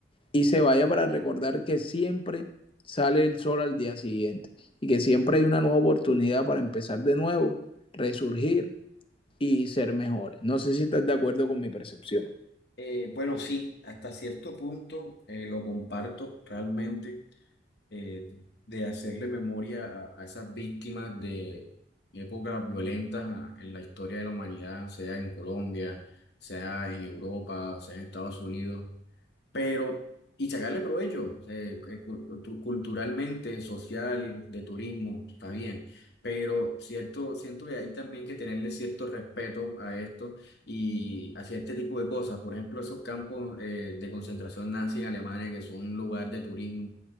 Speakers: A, on the left; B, on the left.
A: y se vaya para recordar que siempre sale el sol al día siguiente y que siempre hay una nueva oportunidad para empezar de nuevo, resurgir y ser mejores. No sé si estás de acuerdo con mi percepción.
B: Eh, bueno, sí, hasta cierto punto eh, lo comparto realmente eh, de hacerle memoria a, a esas víctimas de épocas violentas a- en la historia de la humanidad, sea en Colombia, sea en Europa, sea en Estados Unidos. pero y sacarle provecho eh, eh, cu- tu- culturalmente, social, de turismo, está bien, pero cierto, siento que hay también que tenerle cierto respeto a esto y hacia este tipo de cosas, por ejemplo, esos campos eh, de concentración nazi en Alemania que son un lugar de turismo.